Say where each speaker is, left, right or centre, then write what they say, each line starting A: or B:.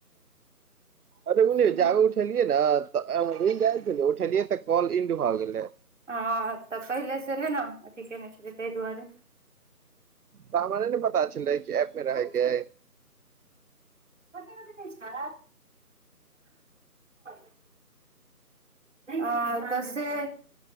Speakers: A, on the right; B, on the right.
A: अरे उ
B: हूँ
A: जाहे उठेलियै ने उठेलियै तऽ। कॉल इन्ड भ गेलै।
B: हँ तऽ पहिलेसँ नेै ने अथि केने छेलियै तैय दुआरे।
A: तऽ हमरा नेै ने पता छेलेै की आइब के रहैके
B: कथी
A: है।
B: <unintelligible> नै छै <unintelligible> अँ तऽ से-